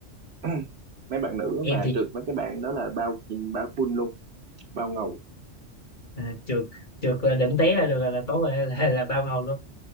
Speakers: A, on the right; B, on the left.
A: <clears throat> mấy bạn nữ
B: Em
A: mà
B: thì
A: trượt mấy cái bạn đó là bao bao full luôn bao ngầu
B: à, trượt trượt là đừng té là được là, là tốt rồi <laughs> là, là bao ngầu luôn.